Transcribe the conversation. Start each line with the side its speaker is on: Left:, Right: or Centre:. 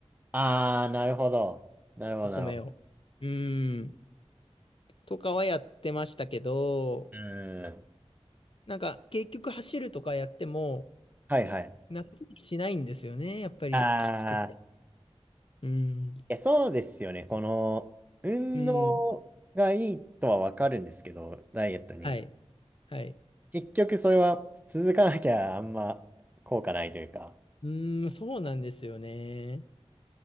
Right: ああ、なるほど。なるほど、
Left: お米を。
Right: なるほど。
Left: うーん、とかはやってましたけど、
Right: うーん。
Left: なんか結局走るとかやっても、
Right: はいはい。
Left: 納得しないんですよね、やっぱりきつくて。
Right: ああ、い
Left: うーん、
Right: や、そうですよね。この、運動がいいとはわかるんですけど、
Left: うーん、
Right: ダイエットに。
Left: はい、はい。
Right: 結局それは続かなきゃあんま効果ないというか。
Left: うーん、そうなんですよね。